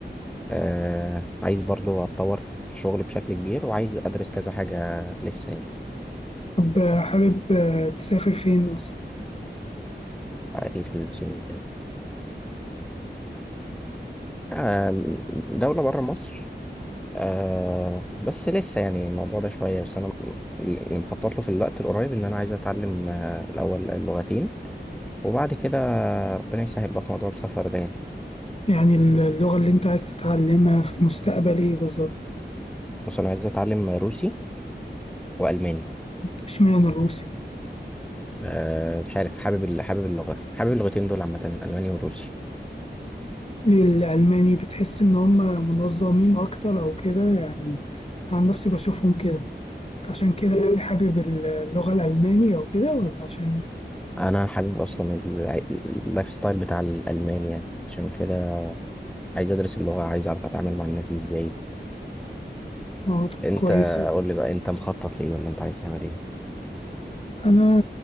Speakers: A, in the centre; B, on the left (about 35°).
A: آه عايز برضو اتطور في في شغل بشكل كبير وعايز ادرس كذا حاجة لسه يعني
B: طب آه، حابب آه، تسافر فين اصلا
A: آه، ايه في السنين الجاية آه دولة بره مصر آه بس لسه يعني الموضوع ده شوية بس انا م- اللي مخطط له في الوقت القريب ان انا عايز اتعلم آه الاول اللغتين وبعد كده ربنا يسهل بقى في موضوع السفر ده يعني
B: يعني اللغة اللي انت عايز تتعلمها في المستقبل ايه بالظبط
A: بص انا عايز اتعلم روسي والماني
B: اشمعنى الروسي
A: آه مش عارف حابب ال- حابب اللغة حابب اللغتين دول عامة الالماني والروسي
B: ليه الالماني بتحس ان هم منظمين اكتر او كده يعني عن نفسي بشوفهم كده عشان كده يعني حابب اللغة الألمانية وكده ولا عشان إيه؟
A: انا حابب اصلا الع- اللايف ستايل بتاع الالمان يعني عشان كده عايز ادرس اللغه عايز اعرف اتعامل مع الناس دي ازاي
B: آه، طب
A: انت
B: كويس
A: قول لي بقى انت مخطط ليه ولا انت عايز تعمل ايه
B: أنا